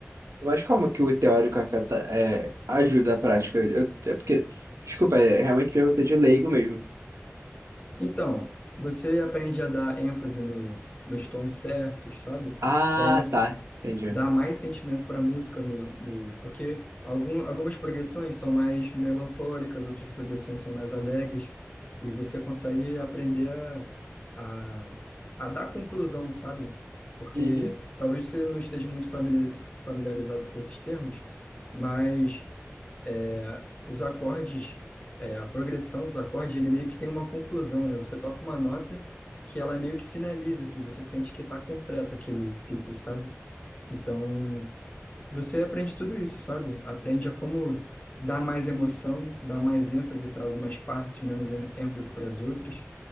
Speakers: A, on the right (about 80°); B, on the left (about 30°).
A: Mas como que o teórico afeta, é, ajuda a prática? Eu, é porque, desculpa, é realmente pergunta de leigo mesmo.
B: Então, você aprende a dar ênfase no, nos tons certos, sabe?
A: Ah,
B: dar
A: tá, entendi.
B: dá mais sentimento para a música no, no porque algum, algumas progressões são mais melancólicas, outras progressões são mais alegres e você consegue aprender a, a, a dar conclusão, sabe? Porque
A: Uhum,
B: talvez você não esteja muito famili- familiarizado com esses termos, mas é, os acordes, é, a progressão dos acordes, ele meio que tem uma conclusão, né? Você toca uma nota que ela meio que finaliza, assim, você sente que está completo aquele ciclo, sabe? Então, você aprende tudo isso, sabe? Aprende a como dar mais emoção, dar mais ênfase para algumas partes, menos ê- ênfase para as outras.